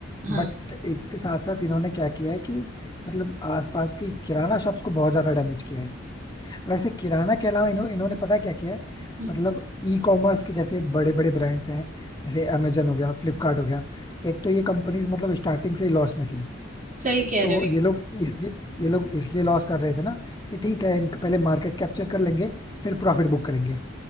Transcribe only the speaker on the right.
हाँ
हम्म,
सही कह
रहे हो एकदम